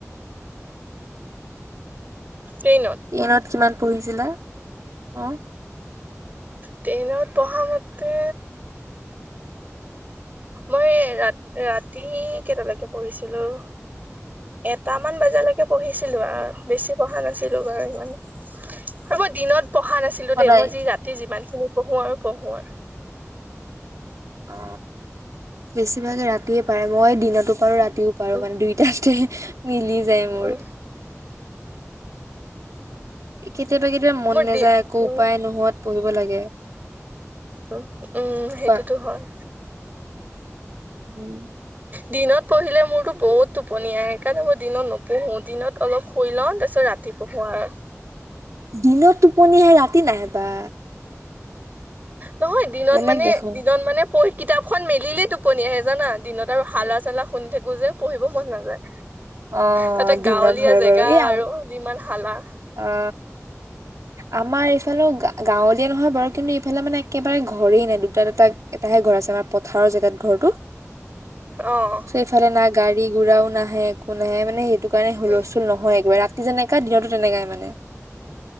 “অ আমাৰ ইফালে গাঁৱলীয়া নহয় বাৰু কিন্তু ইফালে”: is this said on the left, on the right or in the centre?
Right